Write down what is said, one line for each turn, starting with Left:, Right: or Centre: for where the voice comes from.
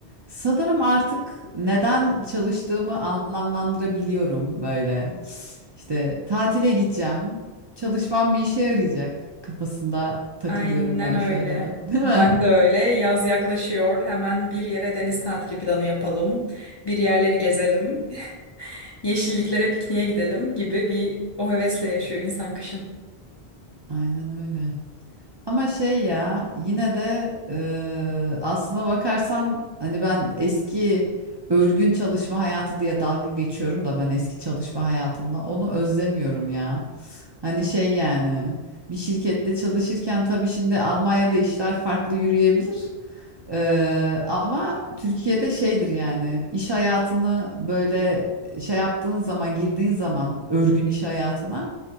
Right: Sanırım artık neden çalıştığımı anlamlandırabiliyorum böyle. İşte tatile gideceğim. Çalışmam bir işe yarayacak kafasında takılıyorum
Left: Aynen
Right: ben
Left: öyle.
Right: şu aralar, değil mi?
Left: Ben de öyle. Yaz yaklaşıyor. Hemen bir yere deniz tatili planı yapalım. Bir yerleri gezelim. <laughs> Yeşilliklere pikniğe gidelim gibi bir o hevesle yaşıyor insan kışın.
Right: Aynen öyle. Ama şey ya yine de eee aslına bakarsan hani ben eski örgün çalışma hayatı diye dalga geçiyorum da ben eski çalışma hayatımla onu özlemiyorum ya. Hani şey yani bir şirkette çalışırken tabii şimdi Almanya'da işler farklı yürüyebilir. Ee, ama Türkiye'de şeydir yani iş hayatını böyle şey yaptığın zaman girdiğin zaman örgün iş hayatına